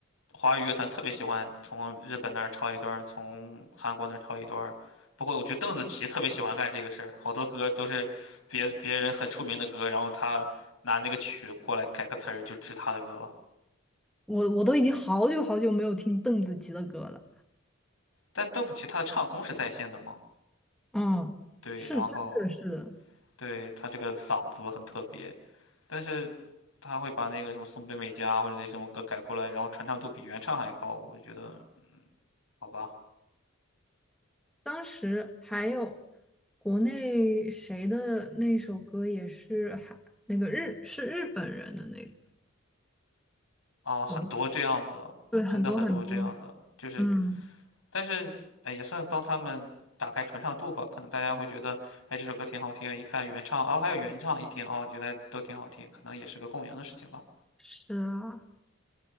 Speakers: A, on the left; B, in the centre.
A: 华语乐坛特别喜欢从日本那儿抄一段儿，从韩国那儿抄一段儿。过过我觉得邓紫棋特别喜欢干这个事儿，好多歌都是别别人很出名的歌，然后她拿那个曲过来改个词儿，就是她的歌了。
B: 我我都已经好久好久没有听邓紫棋的歌了。
A: 但邓紫棋她的唱功是在线的嘛？
B: 嗯，
A: 对，
B: 是真的是的，
A: 然后对她这个嗓子很特别。但是他会把那个什么松本美嘉或者那什么歌改过来，然后传唱度比原唱还高，我就觉得好吧，
B: 当时还有国内谁的那首歌也是还那个日是日本人的那个，
A: 啊，很多这样的，
B: 哦，对，
A: 真的很多这样的，
B: 很多很多，
A: 就是
B: 嗯，
A: 但是哎也算帮他们打开传唱度吧，可能大家会觉得哎这首歌挺好听，一看原唱，哦还有原唱，一听哦原来都挺好听，可能也是个共赢的事情吧。
B: 是啊，